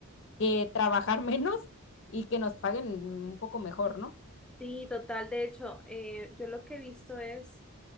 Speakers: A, on the left (about 60°); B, in the centre.
A: que trabajar <laughs> menos y que nos paguen un poco mejor, ¿no?
B: sí, total. De hecho, eh, yo lo que he visto es...